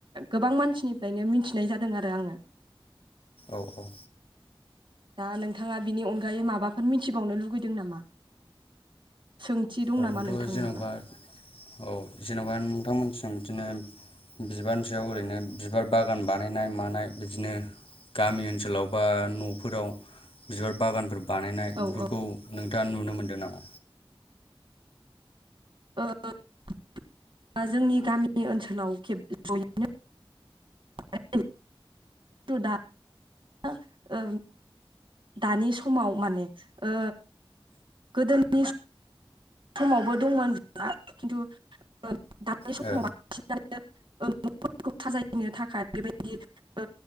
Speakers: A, on the right (about 60°); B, on the left (about 75°).
A: गोबां मानसिनिफ्रायनो मिथिनाय जादों आरो आङो।
B: औ औ।
A: दा नोंथाङा बिनि अनगायै माबाफोर मिथिबावनो लुगैदों नामा? सोंथि दं
B: ओरैनोथ'
A: नामा नोंथांनाव
B: जेन'बा
A: दा?
B: औ जेन'बा नोंथांमोनथिं बिदिनो बिबारनि सायाव ओरैनो बिबार बागान बानायनाय मानाय बिदिनो गामि ओनसोलाव बा न'फोराव बिबार बागानफोर बानायनाय बेफोरखौ
A: औ औ
B: नोंथाङा नुनो मोन्दों नामा?
A: ओ <unintelligible> जोंनि गामि ओनसोलाव <unintelligible> खेब जयैनो <unintelligible> दा <unintelligible> ओ दानि समाव माने ओ गोदोनि समावबो दंमोन <unintelligible> खिन्थु <unintelligible>
B: ओ।
A: <unintelligible> ओ न'फोरखौ साजायनो थाखाय बेबायदि ओ